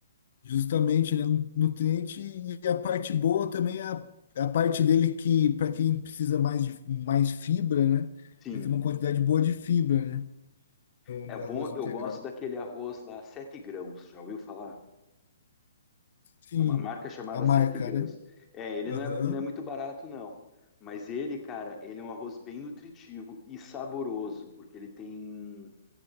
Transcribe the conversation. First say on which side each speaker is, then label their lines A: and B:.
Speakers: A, on the left (about 55°); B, on the left (about 20°).
A: justamente, né? nu- Nutriente e a parte boa também é a, é a parte dele que, para quem precisa mais de mais fibra, né?
B: Sim,
A: Ele tem uma quantidade boa de fibra, né? No,
B: é
A: no
B: bom,
A: arroz integral.
B: eu gosto daquele arroz lá, sete grãos, já ouviu falar?
A: Sim,
B: É uma marca chamada
A: a marca,
B: Sete Grãos.
A: né?
B: É, ele
A: Aham,
B: não é, não é muito barato, não. Mas ele, cara, ele é um arroz bem nutritivo e saboroso, porque ele tem,